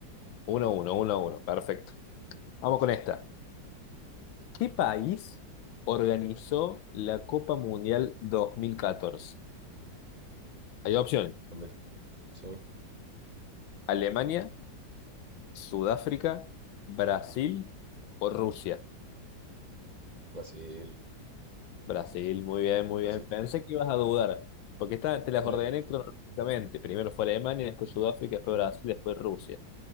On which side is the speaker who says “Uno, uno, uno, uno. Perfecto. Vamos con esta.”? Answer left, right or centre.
Left